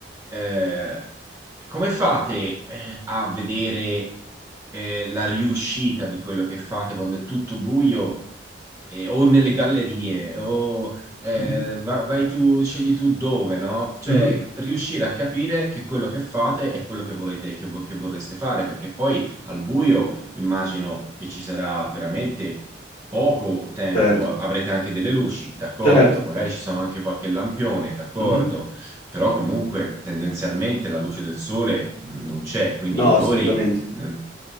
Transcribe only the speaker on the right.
eh, come fate eh, a vedere eh, la riuscita di quello che fate quando è tutto buio? e- o nelle gallerie, o eh,
va- vai tu, scegli tu dove, no? Cioè,
riuscire a capire che quello che fate è quello che volete, che, vo- che vorreste fare, perché poi al buio immagino che ci sarà veramente poco tempo,
a- avrete anche delle luci, d'accordo,
magari ci sono anche qualche lampione, d'accordo,
però comunque tendenzialmente la luce del sole mh, non c'è, quindi
i colori
mm,